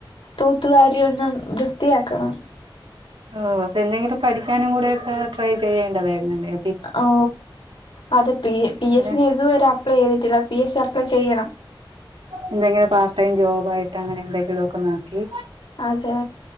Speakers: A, on the left; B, on the right.
A: തൂത്തുവാരി ഒന്നു വൃത്തിയാക്കണം
B: ഓഹ് അപ്പൊ എന്തെങ്കിലും പഠിക്കാനും കൂടെ ഒക്കെ ട്രൈ ചെയ്യേണ്ടതായിരുന്നില്ലേ
A: ഓ അതെ പി പി
B: അല്ലെ
A: എസ് സി ഞാൻ ഇതുവരെ അപ്ലൈ ചെയ്തിട്ടില്ല പി എസ് സി അപ്ലൈ ചെയ്യണം
B: എന്തെങ്കിലും പാർ ടൈം ജോബ് ആയിട്ട് അങ്ങനെ എന്തെങ്കിലും ഒക്കെ നോക്കി
A: അതെ